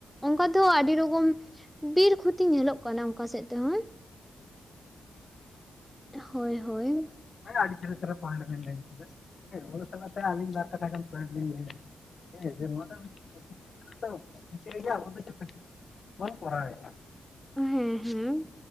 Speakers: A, in the centre; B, on the left.
A: ᱚᱱᱠᱟ ᱫᱚ ᱟᱹᱰᱤ ᱨᱚᱠᱚᱢ ᱵᱤᱨ ᱠᱷᱚᱛᱤ ᱧᱮᱞᱚᱜ ᱠᱟᱱᱟ ᱚᱱᱠᱟ ᱥᱮᱫ <unintelligible> ᱦᱳᱭ ᱦᱳᱭ
B: ᱟᱹᱰᱤ ᱪᱮᱦᱨᱟ ᱪᱮᱦᱨᱟ ᱯᱚᱭᱮᱱᱴ ᱵᱮᱱ ᱞᱟᱹᱭ ᱠᱮᱫᱟ ᱾ ᱚᱱᱟ ᱥᱟᱞᱟᱜ ᱛᱮ ᱟᱹᱞᱤᱧ ᱵᱟᱨ ᱠᱟᱛᱷᱟ ᱜᱟᱱ ᱯᱚᱭᱮᱱᱴ ᱞᱤᱧ ᱞᱟᱹᱭᱟ ᱾ ᱦᱮᱸ ᱡᱮ ᱱᱚᱶᱟ ᱴᱟᱜ <unintelligible> <unintelligible> ᱨᱮᱜᱮ ᱟᱵᱚ ᱫᱚ ᱡᱚᱛᱚ ᱠᱤᱪᱷᱩ ᱵᱚᱱ ᱠᱚᱨᱟᱣᱮᱫᱼᱟ
A: ᱦᱮᱸ ᱦᱮᱸ